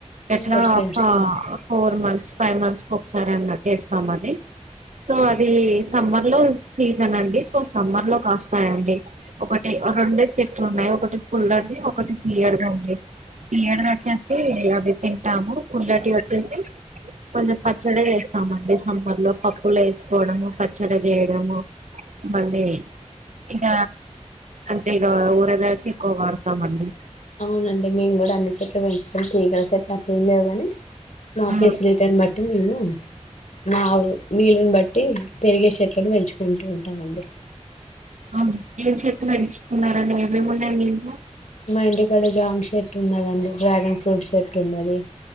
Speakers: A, on the right; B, on the left.
A: ఎట్లా
B: okay
A: four months five months కు ఒకసారి అన్నట్స్తాం అది సో అది సమ్మర్ లో సీజన్ అండి సో సమ్మర్ లో కాస్తాయండి ఒకటి రెండడు చెట్లు ఉన్నాయి ఒకటి ఫుల్లర్ది ఒకటి తీయది తీయది అవి తన్ టాము ఫులటి వచ్చసి కొంచం పచ్చడి చేస్తామండి నంబర్ లో పప్పులు వేసుకోవడము పచ్చడి చేయడము మళ్ళీ ఇక అంటే ఇక ఊరేదరిపి ఎక్కువ వాడతామండి
B: అవునండి మేము కూడా అన్ని చెట్లు పెంచుకొని తీగల చెట్లు అట్ ఇల్లేవు కాని మా
A: ఉమ్.
B: ఫెసిలిటీర్ని బట్టి మేము మా వీళని బట్టి పెట్టి పెరిగే చెట్లను పెంచుకుంటూ ఉంటామండి
A: అవును ఏం చేత నడిపుకున్నారని ఏమేమిన్నాయయి ఇంట్లో
B: మా ఇంటిక్కడ జాంక్ షర్ట్ ఉన్నదండి డ్రాగన్ ఫ్రూట్ షర్ట్ ఉన్నది